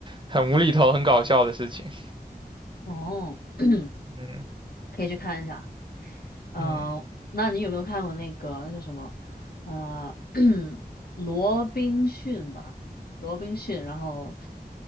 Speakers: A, on the right; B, on the left.
A: 很无厘头、很搞笑的事情。
B: 哦，<clears throat>
A: 嗯
B: 可以去看一下。呃，
A: 嗯
B: 那你有没有看过那个那叫什么？呃，<clears throat> 罗宾逊吧，罗宾逊，然后